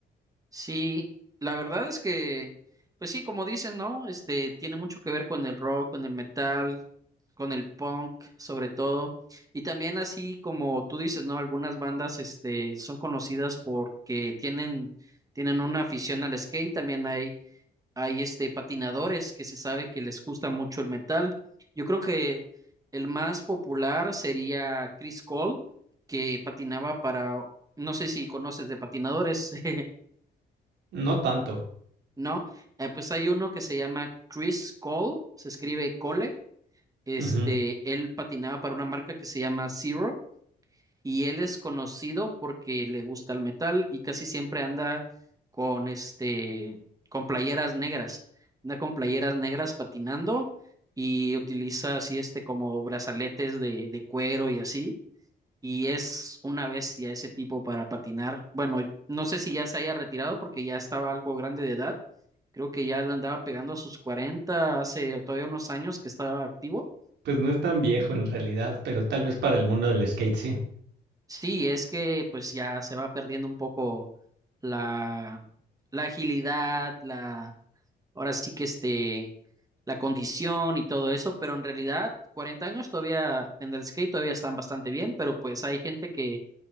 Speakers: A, on the right (about 20°); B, on the right (about 85°).
A: Sí, la verdad es que, pues sí, como dices, ¿no? Este tiene mucho que ver con el rock, con el metal, con el punk, sobre todo. Y también así como tú dices, ¿no? Algunas bandas, este, son conocidas porque tienen, tienen una afición al skate. También hay, hay este patinadores que se sabe que les gusta mucho el metal. Yo creo que el más popular sería Chris Cole, que patinaba para, no sé si conoces de patinadores. <laughs>
B: no tanto.
A: No, eh, pues hay uno que se llama Chris Cole, se escribe Cole. Este,
B: Ujú.
A: él patinaba para una marca que se llama Zero y él es conocido porque le gusta el metal y casi siempre anda con este, con playeras negras. Anda con playeras negras patinando y utiliza así este como brazaletes de, de cuero y así y es una bestia ese tipo para patinar. Bueno, no sé si ya se haya retirado porque ya estaba algo grande de edad. Creo que ya le andaba pegando a sus 40 hace todavía unos años que estaba activo.
B: Pues no es tan viejo en realidad, pero tal vez para el mundo del skate sí.
A: Sí, es que pues ya se va perdiendo un poco la, la agilidad, la, ahora sí que este, la condición y todo eso, pero en realidad 40 años todavía en el skate todavía están bastante bien, pero pues hay gente que